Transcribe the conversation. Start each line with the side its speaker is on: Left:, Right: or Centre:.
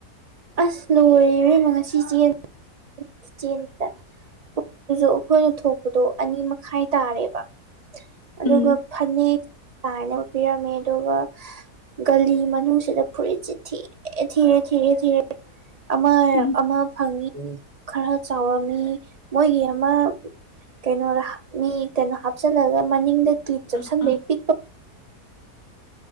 Right: ꯑꯁ ꯂꯣꯏꯔꯦ ꯏꯕꯦꯝꯃ ꯉꯁꯤ ꯆꯦꯟ ꯆꯦꯟꯕꯗ ꯄꯨꯡꯗꯨꯖꯨ ꯑꯩꯈꯣꯏꯅ ꯊꯣꯛꯄꯗꯣ ꯑꯅꯤ ꯃꯈꯥꯏ ꯇꯥꯔꯦꯕ ꯑꯗꯨꯒ
Left: ꯎꯝ
Right: ꯐꯅꯦꯛ ꯇꯥꯏꯅꯕ ꯄꯤꯔꯝꯃꯦ ꯑꯗꯨꯒ ꯒꯂꯤ ꯃꯅꯨꯡꯁꯤꯗ ꯐꯨꯔꯤꯠꯁꯤ ꯊꯤꯔꯦ ꯊꯤꯔꯦ ꯊꯤꯔꯦ ꯊꯤꯔꯦ ꯑꯃ <unintelligible>
Left: ꯎꯝ
Right: ꯑꯃ ꯐꯪꯉꯤ ꯈꯔ ꯆꯥꯎꯔꯝꯃꯤ ꯃꯣꯏꯒꯤ ꯑꯃ ꯀꯩꯅꯣꯗ ꯃꯤ ꯀꯩꯅꯣ ꯍꯥꯞꯆꯜꯂꯒ ꯃꯅꯤꯡꯗ ꯀ꯭ꯂꯤꯞ ꯆꯞꯁꯟꯕꯩ
Left: ꯑꯥ ꯑꯥ
Right: ꯄꯤꯛꯄ
Left: <unintelligible>